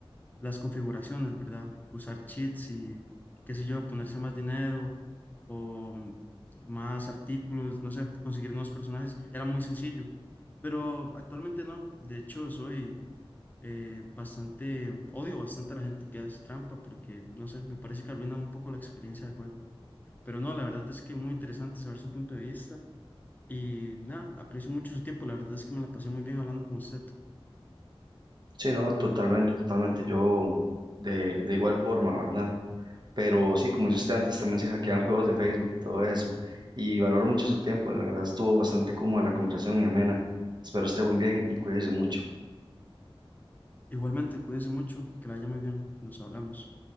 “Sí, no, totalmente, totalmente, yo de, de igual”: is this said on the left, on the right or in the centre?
Right